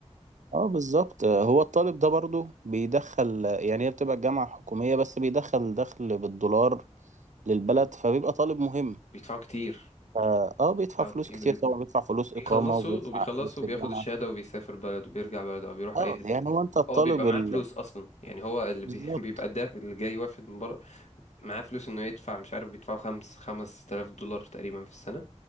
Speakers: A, on the right (about 85°); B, on the left (about 70°).
A: اه بالظبط آه، هو الطالب ده برضو بيدخل يعني هي بتبقى الجامعة حكومية بس بيدخل دخل بالدولار للبلد
B: مم.
A: فبيبقى طالب مهم
B: بيدفعوا كتير
A: اه آه، بيدفع
B: بيدفعوا
A: فلوس
B: كتير
A: كتير
B: جدا
A: طبعا بيدفع فلوس
B: بيخلصوا
A: إقامة وبيدفع
B: وبيخلصوا
A: فلوس
B: بياخد
A: للجامعة
B: الشهادة وبيسافر بلده وبيرجع بلده أو بيروح
A: اه
B: أي حتة
A: يعني
B: تانية
A: هو انت الطالب
B: هو بيبقى معاه
A: ال...
B: فلوس أصلا يعني هو اللي
A: بالظبط
B: بي... <laughs> بيبقى الدافع اللي جاي وافد من بره معاه فلوس إنه يدفع مش عارف بيدفعوا خمس خمس تلاف دولار تقريبا في السنة